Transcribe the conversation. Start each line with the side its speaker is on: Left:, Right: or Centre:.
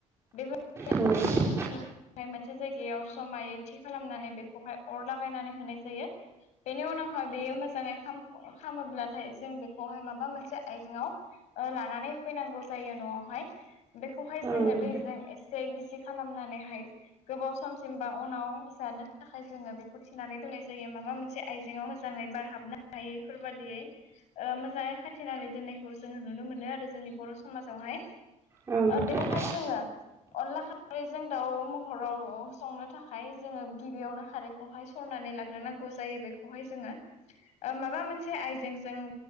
Left: बेफोर <unintelligible>
Right: औ नोंथां
Left: मोनसे जायगायाव समायै थि खालामनानै बेखौहाय अर लागायनानै होनाय जायो। बेनि उनावहाय बेयो मोजाङै खालामामोब्लाथाय जों बेखौहाय माबा मोनसे आयजङआव ओ लानानै फैनांगौ जायो न'आवहाय बेखौहाय
Right: औ
Left: जोङो
Right: नोंथां
Left: दैजों एसे गिसि खालामनानैहाय गोबाव सम सिमबा उनाव जानो थाखाय जोङो बेखौ थिनानै दोननाय जायो माबा मोनसे आइजेंाव मोजाङै बारह हाबनो हायैफोरबायाददियै ओ मोजाङै खाथेनानै दोननायखौ जोङो नुनो मोनो आरो जोंनि बर' समाजावहाय
Right: औ
Left: ओ बेखौहाय जोङो अनला खारैजों दाउ महराव संनो थाखाय जोङो गिबियावनो खारैखौहाय सरनानै लाग्रोनांगौ जायो बेखौहाय जोङो। माबा मोनसे आइजेंजों